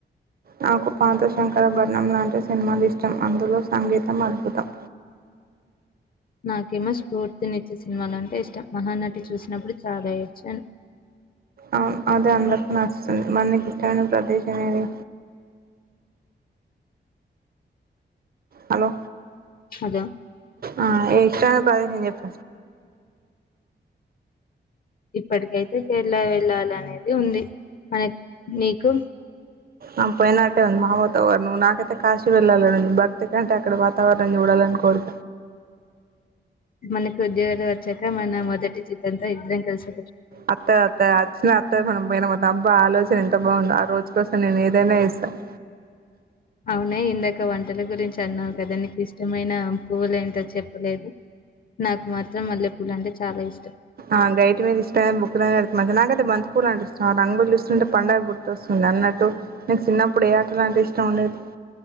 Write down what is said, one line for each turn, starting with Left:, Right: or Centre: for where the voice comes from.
Right: నాకు పాంత శంకర భట్నం లాంటి సినిమాలు ఇష్టం అందులో సంగీతం అద్భుతం
Left: నాకేమో స్ఫూర్తినిచ్చే సినిమాలంటే ఇష్టం మహానటి చూసినప్పుడు చాదా చ్చాన్
Right: ఆ అదే అందరికి నస్తుస్తుంది మన్నకి ఇష్టమైన ప్రదేశమేది హలో
Left: అదో
Right: ఆ ఏష్టను ప్రదేశం చెప్ప
Left: ఇప్పటికైతే కేరళ వెళ్ళాల అనేది ఉంది మన నీకు
Right: ఆ పోయినట్టే ఉంది మా వాతావరణం నాకైతే కాశీ వెళ్ళాలనుంచి భక్తి కంటే అక్కడ వాతావరణం చూడాల కోల్
Left: మనకి ఉద్యోగాలు వచ్చాక మన మొదటి చిట్ంతా ఇద్దరం కలిసు
Right: అత్త అత్తా అచ్చ అత్తం పైన మొం అబ్బా ఆలోచన ఎంత బాగుంది ఆ రోజు కోసం నేను ఏదైనా ఇస్తాను
Left: అవునా ఇందాక వంటల గురించి అన్నావు కదా నీకు ఇష్టమైన పువ్వులు ఏంటో చెప్పలేదు నాకు మాత్రం మల్లెపూల అంటే చాలా ఇష్టం
Right: ఆ గైటి మీద ఇష్టంమ బుక్ నాకై బంత పూలు అంట ఇస్తం ఆ రంగుళు ఇస్తుంటే పండగ గుర్తుస్తుంది అన్నట్టు నేను చిన్నప్పుడు ఏ ఆట లాంటిే ఇష్టం ఉండేది